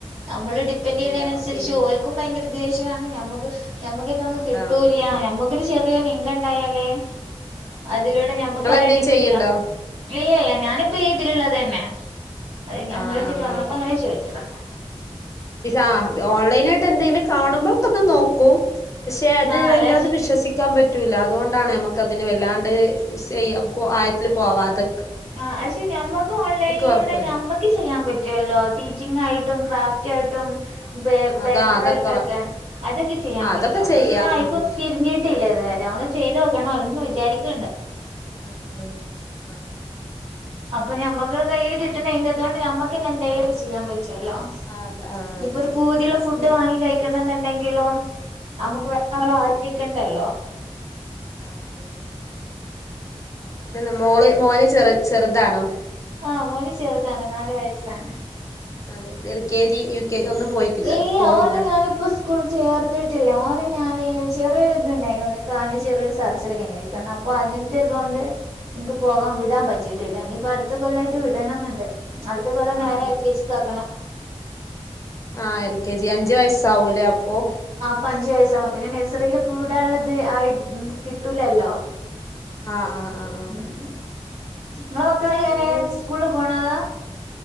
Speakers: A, on the right (about 80°); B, on the left (about 30°).
A: നമ്മള് ഡിപ്പെൻഡറ്
B: ഇല്ലല്ല
A: ചെയ്യതിനനുസരിച്ച്
B: പിന്നെ
A: ഓൽക്കും
B: ഉം
A: ഭയങ്കര ദേഷ്യമാണ് നമുക്ക് നമ്മക് ഏറ്റെന്നും
B: അതാണ്
A: കിട്ടൂല്ല ഞമ്മക്കൊരു
B: ഉം
A: ചെറിയ ഇൻകം ഉണ്ടായാലേ അതിലൂടെ
B: ആഹ്
A: ഞമ്മക്ക്
B: നിങ്ങളെന്തേലും
A: ആരെയും ഡിപ്പൻണ്ട്
B: ചെയ്യണ്ടോ
A: ചെയ്യാം ഇല്ല ഇല്ല ഞാനിപ്പോ ഈ ഇതിലുള്ളത് തന്നെ അതെ ഞങ്ങള്
B: ആഹ്
A: ഇങ്ങള്
B: ആഹ്
A: പറഞ്ഞപ്പോ അങ്ങനെ ചോദിച്ചതാ
B: ആഹ് ഓൺലൈനായിട്ട് എന്തെലും കാണുമ്പോൾഒക്കന്ന് നോക്കും പക്ഷെ അത്
A: ആഹ് അല്ല
B: എല്ലാതും
A: ശ്
B: വിശ്വസിക്കാൻ പറ്റു റ്റൂല്ല അതുകൊണ്ടാണ് നമുക്ക് അതിന് വല്ലാണ്ട് ചെയ്യാം ആയിട്ട് പോവാം അത്
A: ആ പക്ഷെ ഞമ്മക്ക് ഓൺലൈനിലൂടെ
B: ഉറപ്പ
A: ഞമ്മക്ക് ചെയ്യാൻ പറ്റല്ലോ ടീച്ചിങ് ആയിട്ടും ക്രാഫ്റ്റ് ആയിട്ടും ബേ ബേക്കറ
B: അതാ അതൊക്കെ
A: ആയിട്ടും ഒക്കെ അതൊക്കെ ചെയ്യാൻ
B: അതൊക്കെ
A: പറ്റും.
B: ചെയ്യാം
A: പക്ഷെ ഞാൻ അതിക്കൊന്ന്
B: ഉം
A: തിരിഞ്ട്ട ട്ടില്ല ഇത് വരെ ഒന്ന് ചെയ്ത് നോക്കണം ഒന്ന് വിചാരിക്ണ്ട്
B: ആഹ് ആഹ് ആഹ ആഹ്
A: അപ്പൊ നമ്മക്ക് കയ്യിൽ കിട്ടണ ഇൻകംത്തോണ്ട് നമ്മുക്ക്ന്നെ എന്തെലുംലോകെ ചെയാൻ പറ്റും റ്റല്ലോ
B: ആഹ് ആഹ് അത ആഹ്
A: ഇനിയിപ്പോ
B: അതന്നെ
A: ഒരു പൂതിയുള്ള ഫുഡ് വാങ്ങി കഴിക്കണ എന്നുണ്ടെങ്കിലും നമുക്ക് വേറആളെ ആശ്രയിക്കണ്ടല്ലോ
B: ആഹ് ആഹ് പിന്നെന്ത മോള് മോന് ചെറ് ചെറുതാണോ
A: ആഹ് മോന് ചെറുതാണ് നാല് വയസ്സാണ്
B: അതെ L K G, U K G ഒന്നും പോയിട്ടില്ല
A: ഏയ്
B: പോണില്ല
A: ഓനെ ഞാനിപ്പം സ് സ്കൂള് ചേർത്തിട്ടില്ല ഓനെ ഞാൻ ചെറിയൊരിതുണ്ടായിനി. ഓന് കാലിന് ചെറിയൊരു സർജറി കഴിഞ്ഞിരിക്കാണ് അപ്പം അതിന് ൻ്റെ ഇതോണ്ട് ഇൻക്ക് പോവാൻ വിടാൻ
B: ആഹ്
A: പറ്റിട്ടില്ല ഇഞ്ഞ് ഇപ്പൊ അടുത്ത കൊല്ലായിട്ട് ട്ട് വിടണന്നുണ്ട് അടുത്ത കൊല്ലം
B: ആഹ്
A: നേരെ
B: അഞ്ച്
A: എൽ കെ ജി ക്കാക്കണം
B: ആഹ് എൽ കെ ജി അഞ്ച് വയസാവുംലെ അപ്പൊ
A: അപ്പം അഞ്ച് വയസ്സാവും പിന്നെ നഴ്സറീല് വിടാള്ളത് ആയി കിട്ടൂലല്ലോ
B: ആഹ് ആഹ് ആഹ് ആഹ്
A: ഇങ്ങളെ മക്കളെക്കെ
B: പിന്നെന്ത്
A: എങ്ങനെയ സ്കൂളില് പോണത